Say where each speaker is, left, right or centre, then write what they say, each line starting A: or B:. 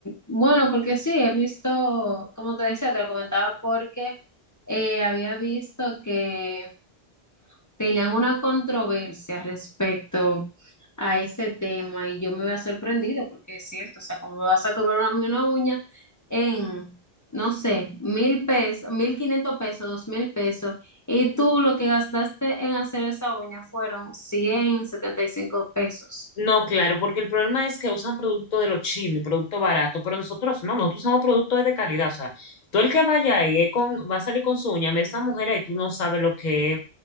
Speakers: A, on the left; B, on the left.
A: Bueno, porque sí, he visto, como te decía, te lo comentaba porque eh, había visto que tenían una controversia respecto a ese tema y yo me había sorprendido porque es cierto, o sea, como me vas a cobrar a mí una uña en, no sé, mil pesos, mil quinientos pesos, dos mil pesos, y tú lo que gastaste en hacer esa uña fueron cien setenta y cinco pesos.
B: No, claro, porque el problema es que usan producto de los chinos, producto barato, pero nosotros no, nosotros usamos productos de calidad. O sea, tú el que vaya ahí es con, va a salir con su uña, mira esa mujer ahí, tú no sabes lo que